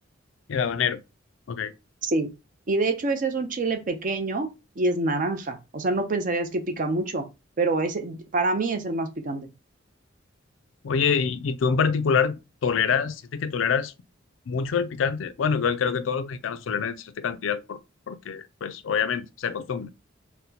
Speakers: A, on the left; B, on the right.
A: El habanero. Ok.
B: Sí, Y de hecho ese es un chile pequeño y es naranja. O sea, no pensarías que pica mucho, pero ese para mí es el más picante.
A: Oye, y, y tú en particular toleras, sientes que toleras mucho el picante? Bueno, igual creo que todos los mexicanos toleran en cierta cantidad por- porque, pues, obviamente se acostumbra.